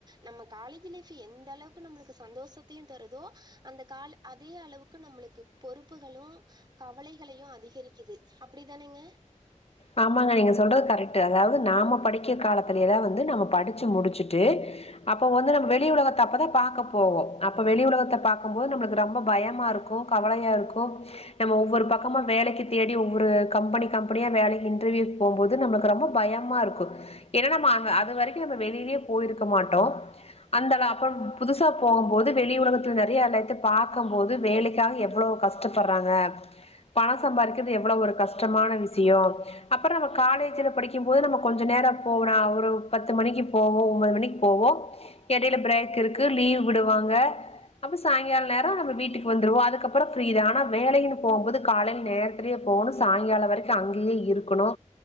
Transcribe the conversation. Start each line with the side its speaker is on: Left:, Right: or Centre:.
Right: நம்ம காலேஜ் லைஃப் எந்த அளவுக்கு நம்மளுக்கு சந்தோஷத்தையு தருதோ அந்த கா அதே அளவுக்கு க்கு நம்மளுக்கு பொறுப்புகளு கவலைகளையு அதிகரிக்குது அப்படிதானங்க
Left: ஆமாங்க நீங்க சொல்றது கரெக்ட் அதாவது நாம படிக்கிற காலத்தில லா வந்து நம்ம படிச்சு முடிச்சுட்டு அப்போ வந்து நம வெளி உலகத்தை அப்பதா பாக்க போவோ அப்ப வெளி உலகத்தை பாக்கும்போது நம்மளுக்கு ரொம்ப பயமா இருக்கு கவலையா இருக்கு நம்ம ஒவ்வொரு பக்கமா வேலைக்கு தேடி ஒவ்வொரு கம்பெனி கம்பெனியா வேலைக்கு இன்டர்வியூக்கு போகும்போது நமக்கு ரொம்ப பயமா இருக்கு ஏன்னா நம்ம அ அது வரைக்கு நம்ம வெளியிலயே போயிருக்க மாட்டோ அந்த அப்புற புதுசா போகும்போது வெளி உலகத்துல நெறைய எல்லையத்தை பாக்கம்போது வேலைக்காக எவ்வளவு கஷ்டப்படுறாங்க பண சம்பாதிக்கிறது எவ்வளவு ஒரு கஷ்டமான விஷய அப்புற நம்ம காலேஜ்ல படிக்கும் போது நம்ம கொஞ்ச நேர போனா ஒரு பத்து மணிக்கு போவோ ஒன்பது மணிக்கு போவோ எடையில பிரேக் இருக்கு லீவ் விடுவாங்க அப்ப சாயங்கால நேர நம்ம வீட்டுக்கு வந்துடுவோ அதுக்கப்புறம் ஃப்ரீ தா ஆனா வேலைன்னு போகும்போது காலையில நேரத்திலேயே போகணு சாயங்கால வரைக்கு அங்கேயே இருக் கனு